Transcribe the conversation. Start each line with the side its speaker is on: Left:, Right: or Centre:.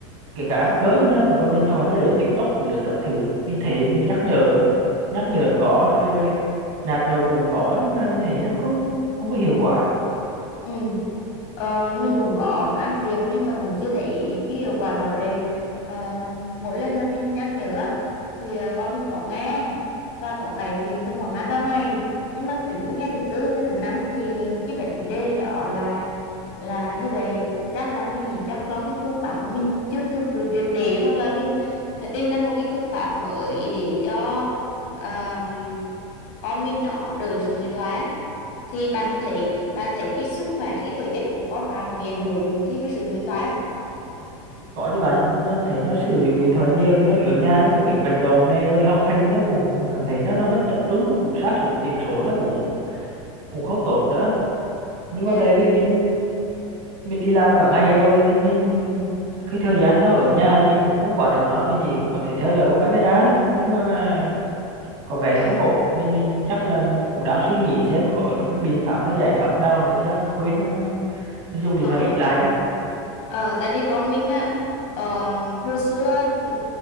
Right: Kể cả ăn
Left: ừ.
Right: cơm nó cũng cầm điện thoại, nó lướt TikTok, lướt các thứ. Mình thấy mình nhắc nhở, nhắc nhở có rồi rồi nạt nổ cũng có nhưng mà mình thấy nó không không có hiệu quả.
Left: ừ Ờ, mình cũng có can thiệp nhưng mà cũng chưa thấy cái hiệu quả rõ rệt Ờ, mỗi lần mà mình nhắc nhở á, thì à, con mình có nghe và có cải thiện tầm khoảng hai ba ngày nhưng mà đến ngày thứ tư ngày thứ năm thì cái vấn đề đó là là như vậy thì chắc là mình nghĩ chắc do cái phương pháp của mình chưa thực sự triệt để hoặc là mình phải tìm ra một cái phương pháp mới để cho ờm, con mình nó đỡ sử dụng điện thoại á thì bạn thấy bạn thấy cái sức khỏe cái thể chất của con bạn có bị ảnh hưởng khi mà sử dụng điện thoại không
Right: Có chứ bạn, nó thấy nó sử dụng điện thoại nhiều thì nó ở nhà nó cũng ít vận động nè, rồi học hành nó cũng cảm thấy nó nó mất tập trung, nó cũng sa sút điểm số nó cũng cũng không tốt nữa. Nhưng
Left: ừ
Right: mà tại vì mình mình đi làm cả ngày rồi thì nên cái thời gian nó ở nhà thì mình cũng không quản được nó, mình chỉ có thể theo dõi qua camera thôi. Nhưng mà, mà có vẻ là
Left: ừ
Right: không ổn, mình mình chắc là mình cũng đang suy nghĩ xem có những cái biện pháp hay giải pháp nào để cho nó khuyến nó nó, nó dùng điện
Left: ờ
Right: thoại ít lại đấy.
Left: Ờ, tại vì con mình á ờ, hồi xưa ừ,